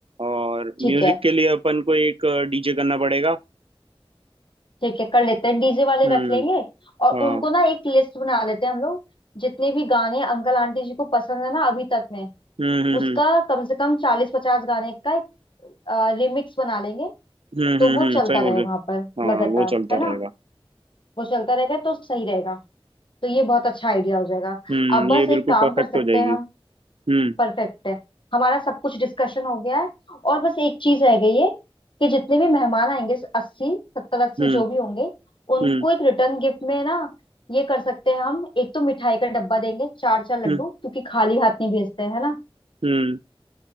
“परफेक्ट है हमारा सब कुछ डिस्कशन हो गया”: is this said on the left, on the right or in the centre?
Left